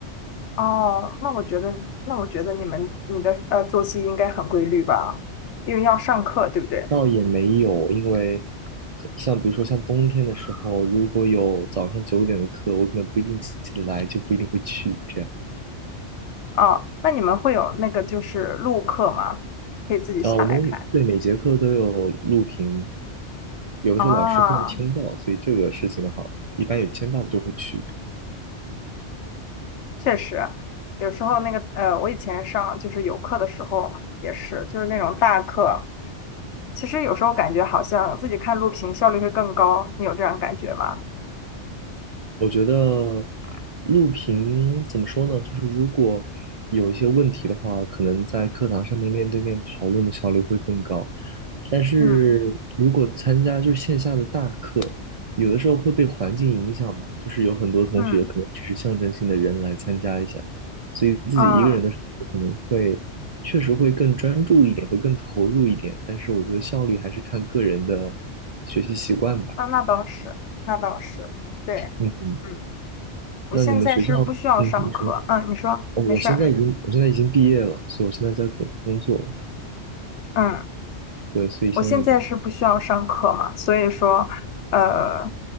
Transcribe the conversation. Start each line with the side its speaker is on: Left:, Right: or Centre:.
Left: 哦，那我觉得那我觉得你们你的呃作息应该很规律吧，因为要上课，对不对？
Right: 倒也没有，因为像比如说像冬天的时候，如果有早上九点的课，我可能不一定起得来，就不一定会去这样。
Left: 哦，那你们会有那个就是录课吗？可以自己下来看
Right: 啊、我们对每节课都有录屏，有的时候老师会要签到，
Left: 啊。哦
Right: 所以这个事情的话，一般有签到我就会去。
Left: 确实，有时候那个呃，我以前上就是有课的时候也是，就是那种大课，其实有时候感觉好像自己看录屏效率会更高，你有这样感觉吗？
Right: 我觉得录屏怎么说呢？就是如果有一些问题的话，可能在课堂上面面对面讨论的效率会更高。但是如果参加就是线下的大课，
Left: 嗯
Right: 有的时候会被环境影响嘛，就是有很多同学可能只是象征性的人来参加一下，
Left: 嗯
Right: 所以自己一个人的时候可能会确实会更专注一点，
Left: 嗯，
Right: 会更投入一点。但是我觉得效率还是看个人的学习习惯吧。
Left: 那那倒是，那倒是，对，
Right: 嗯，嗯
Left: 嗯，我现在是不需要上课，
Right: 那你们学校，嗯，你说。
Left: 嗯，你说没事儿，
Right: 哦我现在已经，我现在已经毕业了，所以我现在在工工作，
Left: 嗯。
Right: 对，所以现在就不，
Left: 我现在是不需要上课嘛，所以说，呃，